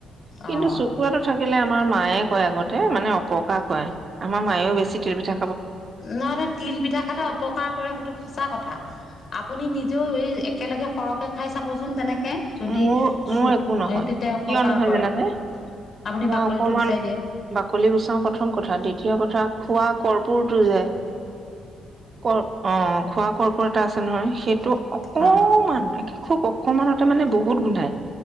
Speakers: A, on the right; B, on the left.
A: কিন্তু
B: অ',
A: চকুুৱাটো থাকে কিলে আমাৰ মায়ে কয় আগতে মানে অপকাৰ কয় আমাৰ মায়েও বেছি তিলপিঠা
B: নহয় নহয় তিল পিঠা খালে অপকাৰ কৰে সেইটো সঁচা কথা আপুনি নিজ এই একেলগে সৰহকে খাই চাবচোন তেনেকে যদি
A: মোৰ মোৰ
B: চুপ
A: একো নহয়
B: এই তেতিয়া অপকাৰ
A: কিয় নহয়
B: কৰে
A: জানানে
B: আপুনি
A: মই
B: বাকলিটো
A: অকমান
B: গুচাই দিয়ে
A: বাকলি গুচাও প্ৰথম কথা দ্বিতীয় কথা খোৱা কৰ্পুৰটো যে ক অ খোৱা কৰ্প এটা আছে নহয় সেই দু অকমান
B: হয়
A: নি খুব অকমান মানে বহুত গোন্ধাই